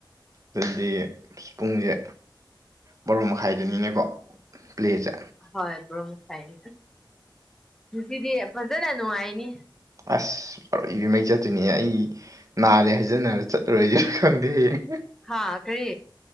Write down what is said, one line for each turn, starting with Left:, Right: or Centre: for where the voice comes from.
Right: ꯗꯨꯗꯤ ꯄꯨꯡꯖꯦ ꯕꯔꯣ ꯃꯈꯥꯏꯗꯅꯤꯅꯦꯀꯣ ꯄ꯭ꯂꯦꯖꯦ
Centre: ꯍꯣꯏ ꯕꯔꯣ ꯃꯈꯥꯏꯅꯤ ꯉꯁꯤꯗꯤ ꯐꯖꯅ ꯅꯨꯡꯉꯥꯏꯅꯤ
Right: ꯑꯁ ꯑꯔꯣꯏꯕꯤ ꯃꯩ ꯆꯠꯇꯣꯏꯅꯤꯍꯦ ꯑꯩ ꯅꯥꯔꯦ ꯍꯥꯏꯖꯟꯅꯔ ꯆꯠꯂꯔꯣꯏꯖꯤꯔ ꯈꯪꯗꯦ ꯍꯌꯦꯡ
Centre: ꯍꯥꯥ ꯀꯔꯤ